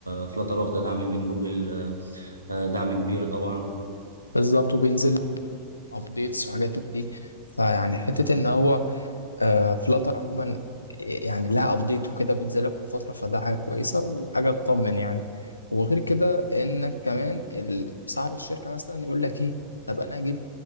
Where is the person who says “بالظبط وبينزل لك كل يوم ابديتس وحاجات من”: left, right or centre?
Left